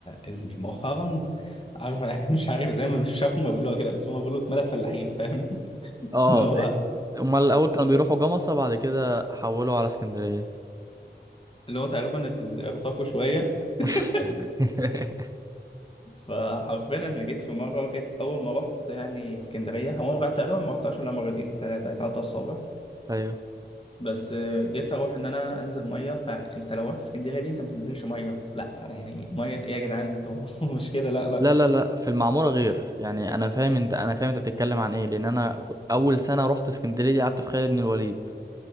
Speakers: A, on the left; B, on the right.
A: ال- مؤخرا عارف <laughs> مش عارف زي ما شافوا ما بيقولوها كده بس هما بيقولوا اتملت فلاحين فاهم <laughs>
B: اه
A: اللي هو
B: امال الاول كانوا بيروحوا جمصة بعد كده حولوا على اسكندرية
A: اللي هو تقريبا ارتقوا شوية <laughs>
B: <laughs>
A: فحرفيا انا جيت في مره جيت اول ما رحت يعني اسكندريه هو أنا تقريبا ما رحتهاش الا مرتين ثلاثه يتعدى الصابع
B: ايوه
A: بس آه، جيت اروح ان انا انزل ميه فانت لو رحت اسكندريه دي انت ما تنزلش ميه لا يعني ميه ايه يا جدعان انتوا <laughs> مش كده لا لا
B: لا لا لا في المعمورة غير يعني انا فاهم انت انا فاهم انت بتتكلم عن ايه لان انا ك- اول سنة رحت اسكندرية دي قعدت في خالد بن الوليد